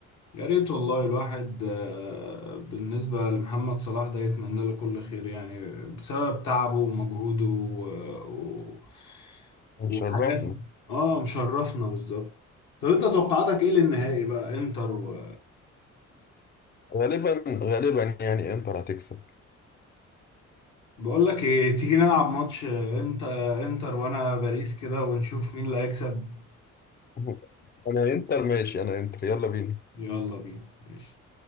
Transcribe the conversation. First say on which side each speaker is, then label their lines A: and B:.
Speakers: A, on the left (about 75°); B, on the left (about 35°).
A: يا ريت والله الواحد آه، بالنسبة لمحمد صلاح ده يتمنى له كل خير يعني بسبب تعبه ومجهوده و... و...
B: ونشرفنا
A: وحاجات اه مشرفنا بالظبط طب انت توقعاتك ايه للنهائي بقى انتر و...
B: غالبا غالبا يعني إنتر هتكسب
A: بقول لك ايه تيجي نلعب ماتش انت انتر وانا باريس كده ونشوف مين اللي هيكسب
B: <laughs> أنا إنتر ماشي أنا إنتر يلا بينا
A: يلا بينا ماشي